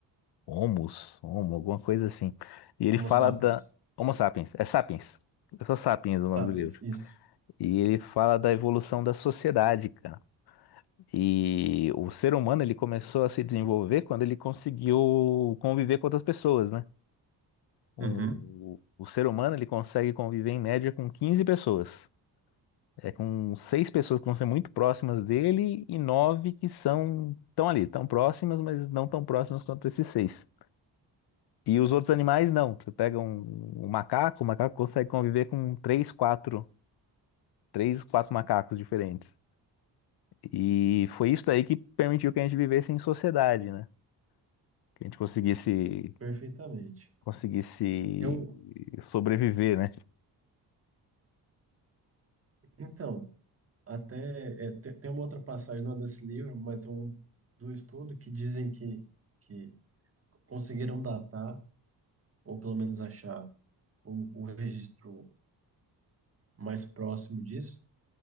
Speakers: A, on the left (about 65°); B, on the right (about 35°).
A: Homus, Homo, alguma coisa assim. E ele
B: Homo
A: fala
B: sapiens.
A: da Homo sapiens, é sapiens. É só sapiens é o
B: Sapiens,
A: nome do livro.
B: isso.
A: E ele fala da evolução da sociedade, cara. E o ser humano ele começou a se desenvolver quando ele conseguiu conviver com outras pessoas, né? O,
B: Uhum.
A: o ser humano ele consegue conviver em média com 15 pessoas. É com seis pessoas que vão ser muito próximas dele e nove que são tão ali, tão próximas, mas não tão próximas quanto esses seis. E os outros animais não. Você pega um, um macaco, o macaco consegue conviver com três, quatro, três, quatro macacos diferentes. E foi isso daí que permitiu que a gente vivesse em sociedade, né? que a gente conseguisse,
B: Perfeitamente.
A: conseguisse
B: Eu,
A: sobreviver, né?
B: então, Até é, te- tem uma outra passagem, não é desse livro, mas é um do estudo que dizem que, que conseguiram datar, ou pelo menos achar o, o registro mais próximo disso,